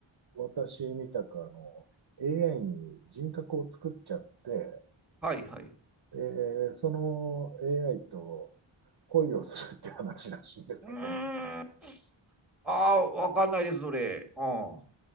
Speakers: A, on the right; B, in the centre.
A: 私みたくあの、AI に人格を作っちゃって、
B: はい、はい。
A: で、その AI と恋をするって話らしいんですけどね。
B: うーん。ああ、わかんないです、それ。うん。